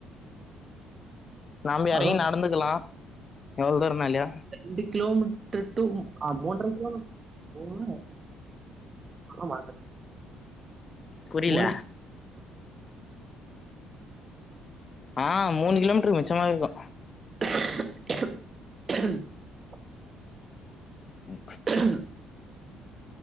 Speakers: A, on the left; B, on the right.
A: நம்ப
B: அதுவு
A: எறங்கி நடந்துக்கலா எவ்ளோ தூரனாலு
B: ண்டு கிலோமீட்ர் டு ஆ மூன்ற கிலோ <inaudible> <inaudible> ஆமா <inaudible>
A: புரில
B: மூணு <inaudible>
A: ஆ மூணு கிலோமீட்ருக்கு மிச்சமா இக்கு
B: <inaudible>
A: ம்
B: <inaudible>